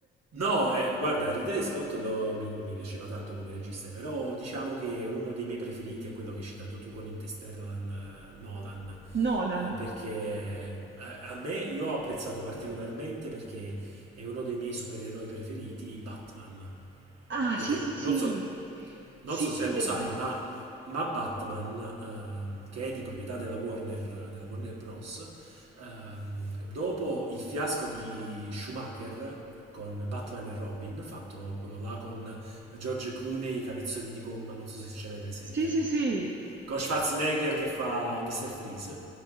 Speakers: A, on the right; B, on the right.
A: No, eh, guarda, Ridley Scott lo- mi, mi piaceva tanto come regista, però diciamo che uno dei miei preferiti è quello che hai citato tu con Interstellar eh, Nolan,
B: Nolan.
A: eh, perché a, a me io ho apprezzato particolarmente perché è uno dei miei supereroi preferiti, Batman,
B: Ah,
A: perché
B: sì, sì,
A: non
B: sì.
A: so,
B: Sì,
A: Non so se
B: idem.
A: lo sai, ma, ma Batman, ehm, che è di proprietà della Warner, della Warner Bros., ehm, dopo il fiasco di Schumacher con Batman e Robin, fatto quello là con George Clooney, i capezzoli di gomma, non so se ce l'hai presente,
B: Sì, sì, sì. sì.
A: con Schwarzenegger che fa Mr. Freeze,